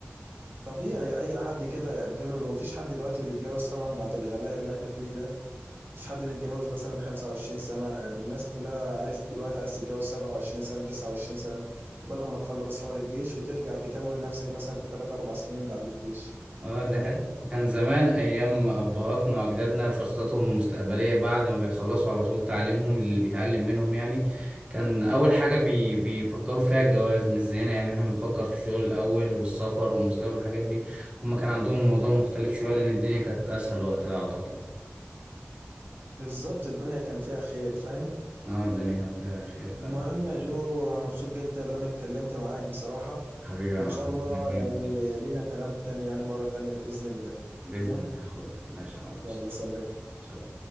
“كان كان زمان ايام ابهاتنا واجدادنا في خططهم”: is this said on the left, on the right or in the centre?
Right